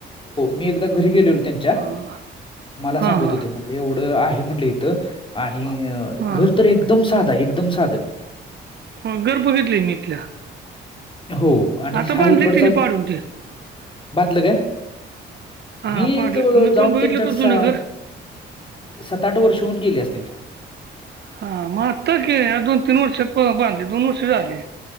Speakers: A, on the left; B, on the right.
A: मी एकदा घरी गेलेलो त्यां च्या
B: हा
A: मला सांगत
B: हा
A: होते म्हटलं एवढ आहे म्हटलं इथं आणि अ
B: हा
A: घर तर एकदम साधा हाय एकदम साधं
B: ह घर बघितलंय मी इथल्या
A: हो आणि
B: आता
A: हा
B: बांधले
A: इकडचाचं
B: त्यांनी पाडून ते
A: बांधलं काय
B: हा
A: मी
B: पाडले
A: ज
B: मी
A: जाऊन
B: पण बघितलं
A: त्यांच्याकडं
B: तो जुनं
A: सा
B: घर
A: सत आठ वर्ष होऊन गेली असतील.
B: हा मग आता की या दोन तीन वर्षात प बांधले दोन वर्षाच्या आधी